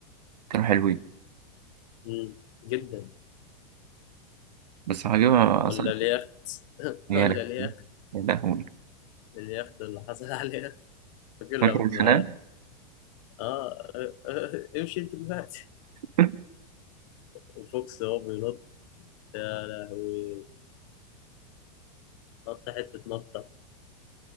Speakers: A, on the right; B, on the left.
A: كانوا حلوين
B: مم. جدا
A: بس عجيبه
B: ولا
A: اصلا
B: اليخت <laughs>
A: يا
B: ولا
A: لهوي
B: اليخت
A: يا لهوي
B: اليخت اللي حصل عليه فاكر لما
A: فاكر الخناقه
B: اه آه، آه، امشي انت دلوقتي
A: <laughs>
B: وفوكس هو بينط يا لهوي نط حته نط